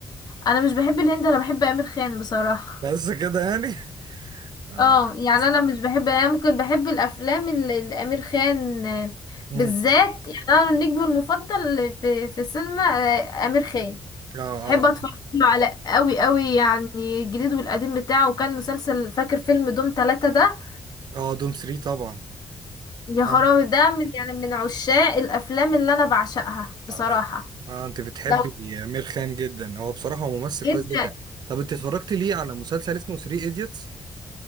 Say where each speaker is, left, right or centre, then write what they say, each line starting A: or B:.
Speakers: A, on the left (about 60°); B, on the right (about 65°).
A: انا مش بحب الهند انا بحب امير خان بصراحة
B: بس كده يعني آه
A: اه يعني
B: بس
A: انا مش بحب يعني ممكن بحب الافلام اللي اللي امير خان آه،
B: مم.
A: بالذات يعني انا النجم المفضل في في السينما آه، امير خان
B: اه
A: بحب اتفرج
B: اه
A: له على قوي قوي يعني الجديد والقديم بتاعه وكان مسلسل فاكر فيلم دوم ثلاثة ده
B: اه دوم 3 طبعا
A: يا
B: اه
A: خرابي ده من يعني من عشاق الافلام اللي انا بعشقها بصراحة
B: اه, آه آه، انت بتحبي
A: لو
B: امير خان جدا هو بصراحة هو ممثل
A: جدا
B: كويس جدا طب انت اتفرجت ليه على مسلسل اسمه 3 ايديوتس